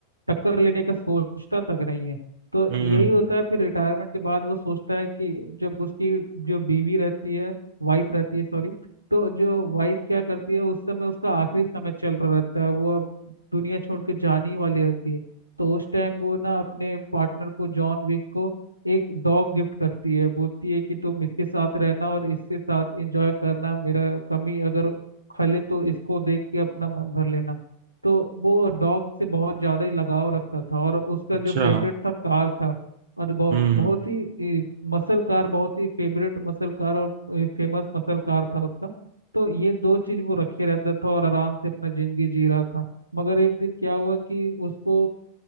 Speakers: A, on the right; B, on the right.
A: टक्कर लेने का सोचता तक नहीं है तो
B: हम्म
A: यही होता है फिर रिटायरमेंट के बाद वो सोचता है कि जब उसकी जो बीवी रहती है वाइफ रहती है सॉरी तो जो वाइफ क्या करती है उस समय उसका आखिरी समय चल रहा रहता है वो अब दुनिया छोड़ के जाने ही वाली रहती है तो उस टाइम वो ना अपने पार्टनर को जॉन विक को एक डॉग गिफ्ट करती है बोलती है कि तुम इसके साथ रहना और इसके साथ एंजॉय करना मेरा कमी अगर खले तो इसको देख के अपना मन भर लेना तो वो डॉग से बहुत ज़्यादा ही लगाव रखता था और उसका
B: अच्छा
A: जो फेवरेट था कार था और बहुत
B: हम्म
A: बहुत ही मसल कार बहुत ही फेवरेट मसल कार और फेमस मसल कार था उसका तो ये दो चीज वो रखे रहता था और आराम से अपना जिंदगी जी रहा था मगर एक दिन क्या हुआ कि उसको